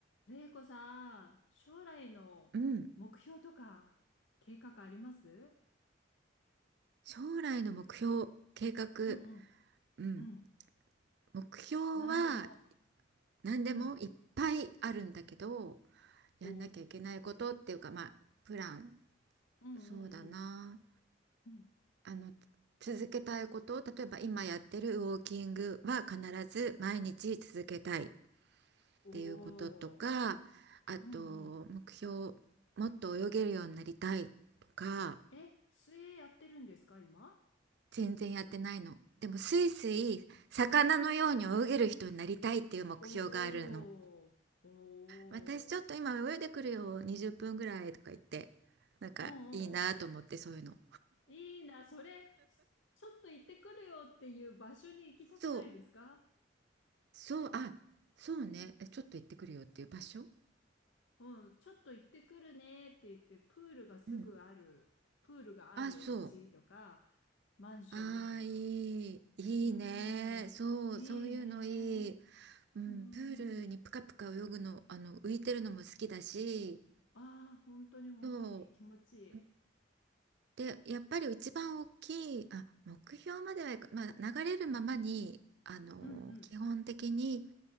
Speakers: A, on the left; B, on the right.
A: れいこさん、将来の目標とか計画あります
B: うん、将来の目標、計画、
A: うんうん。
B: うん、
A: うん。
B: 目標は
A: 何でも。
B: 何でもいっぱいあるんだけど、
A: うん。
B: やんなきゃいけないことっていうか、
A: おー、
B: まあ、プラン、
A: うんうんうん。
B: そうだな、
A: うん。
B: あの、続けたいこと、例えば今やってるウォーキングは必ず毎日続けたいっ
A: おー。
B: ていうこととか、あと、
A: うんうん。
B: 目標、もっと泳げるようになりたいとか、
A: え、水泳やってるんですか、今
B: 全然やってないの。でもスイスイ魚のように泳げる人になりたいっていう目標があるの。
A: おー、おー。
B: 私ちょっと今泳いでくるよ20分ぐらいとか言ってなんかいいなと思ってそういうの。
A: うんうんうんうん。いいな、それ、ちょっと行ってくるよっていう場所に行きたくないですか
B: そうそうあそうねえちょっと行ってくるよっていう場所
A: うん、ちょっと行ってくるねって言って、プールがすぐある、
B: うん
A: プールがあるお家とか、
B: あそう
A: マンションとか。
B: ああいいいいねそうそういうのいい、
A: うん、いいね。
B: うん、
A: うん。
B: プールにプカプカ泳ぐのあの浮いてるのも好きだし
A: ああ、本当に本当に気持ちいい。
B: そうで、やっぱり一番大きい、あ、目標まではいか、まあ、流れるままに、あの基本的に
A: うんうん、